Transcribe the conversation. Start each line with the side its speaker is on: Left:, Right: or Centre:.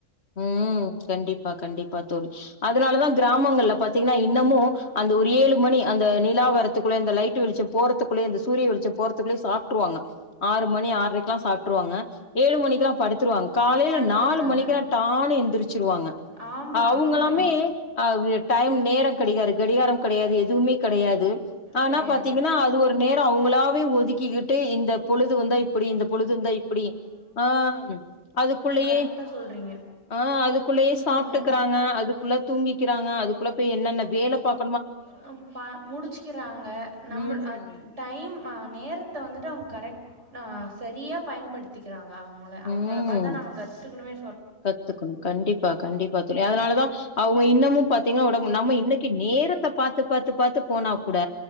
Left: ம் கண்டிப்பா கண்டிப்பா தோழி அதனால தான் கிராமங்கல பாத்திங்கனா இன்னமு அந்த ஒரு ஏழு மணி அந்த நிலா வரத்துக்குள்ளே அந்த லைட்டு வெளிச்ச போருத்துக்குள்ளே அந்த சூரிய வெளிச்ச போறத்துக்குள்ளேயே சாப்ட்டுருவாங்க ஆறு மணி ஆறுரைக்கெலா சாப்ட்டுருவாங்க ஏழு மணிக்கெல்லா படுத்துருவாங்க காலயில
Right: இப்போ அடுத்துடுறாங்க
Left: நாலு மணிக்குலா எந்திரிச்சிருவாங்க
Right: ஆமாம்
Left: அவுங்களாமே
Right: ஆமாம்
Left: அது டைம் நேர கிடைராது கடிகாரம் கிடையாது எதுவுமே கிடையாது ஆனா
Right: கிடையாது
Left: பாத்திங்கனா அது ஒரு நேர அவங்களாவே ஒ விக்கிக்கிட்டு இந்த பொளு து வந்தா இப்படி இந்த பொளுது வந்தா இப்படி ஆ அதுக்குள்ளயே
Right: கரெக்டாக சொல்கிறீங்க
Left: ஆ அதுக்குள்ளயே
Right: ம்,
Left: சாப்ட்டுக்கறாங்க அதுக்குள்ள தூங் விக்கிறாங்க அதுக்குள்ள போய் என்னென்ன வேல பாக்
Right: அ பா முடிச்சுக்கறாங்க நம்புள்
Left: ம்
Right: அ டைம் ஆ நேரத்த வந்துட்டு அவுங்க கரெக் நா சரியா பயன்படுத்திக்கறாங்க அவங் அவுங்கள அவங்கள
Left: ம்
Right: பாத்துதா நாம கத்துக்கணுமே
Left: கத்துக்கணு கண்டிப்பா கண்டிப்பா தோலி அதனாலதா அவுங்க இன்னமு பாத்தீங்கன்னா ஒடம் மு நம்ம இன்னைக்கு நேரத்த பாத்து பாத்து பாத்து போனாக் கூட